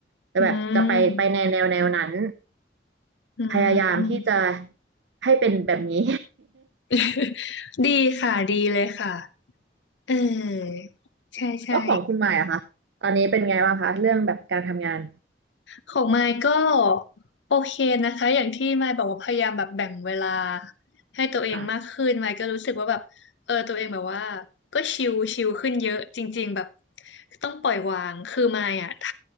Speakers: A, on the right; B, on the left.
A: แต่แบบจะไปไปในแนวแนวนั้น
B: อืมอื
A: พยายามที่จะ
B: ม
A: ให้เป็นแบบนี้
B: <laughs> ดีค่ะดีเลยค่ะเออใช่ใช่
A: <laughs> แล้วของคุณหมายอะคะตอนนี้เป็นไงบ้างคะเรื่องแบบการทำงาน
B: ของไมค์ก็โอเคนะคะอย่างที่ไมค์บอกว่าพยายามแบบแบ่งเวลาให้ตัวเองมากขึ้นไมค์ก็รู้สึกว่าแบบเออตัวเองแบบว่า
A: ค่ะ
B: ก็ชิลชิลขึ้นเยอะจริงๆแบบต้องปล่อยวางคือไมค์อะท